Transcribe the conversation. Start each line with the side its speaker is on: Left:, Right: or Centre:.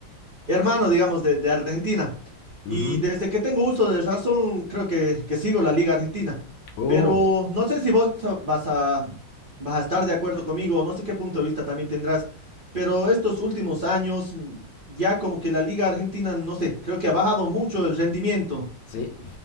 Right: hermano, digamos, de, de Argentina.
Left: Ujú.
Right: Y desde que tengo uso de razón, creo que, que sigo la Liga Argentina.
Left: Uh,
Right: Pero no sé si vos vas a, vas a estar de acuerdo conmigo, o no sé qué punto de vista también tendrás, pero estos últimos años, mm, ya como que la Liga Argentina, no sé, creo que ha bajado mucho el rendimiento.
Left: sí,